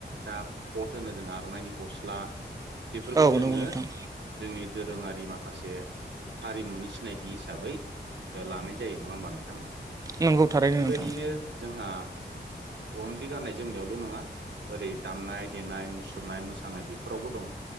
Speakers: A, on the right (about 80°); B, on the right (about 20°).
A: दाक कट होनो जों आर'नाइनि गस्ला बेफोरखौ
B: औ
A: जोङो
B: नंगौ नोंथां
A: जोंनि दोरोङारि माखासे हारिमुनि सिनायथि हिसाबै ओ लानाय जायो नङा होमबा नोंथां?
B: नंगौ थारैनो
A: थिग बेबायदिनो
B: नोंथां
A: जोंहा अनलि गाननाय जोमनायावल' नङा ओरै दामनाय देनाय मुसुरनाय मोसानाय बेफोरावबो दं